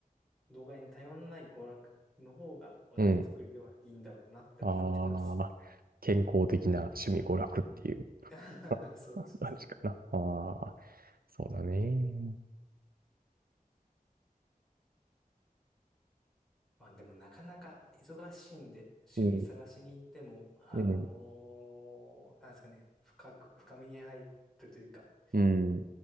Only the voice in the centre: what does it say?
う、動画に頼らない娯楽の方が話題作りではいいんだろうなって思ってます。
<laughs>
そう、そうですね。
まあでもなかなか忙しいんで、趣味探しに行っても、
あのーなんですかね、
深く、深みに入ってというか、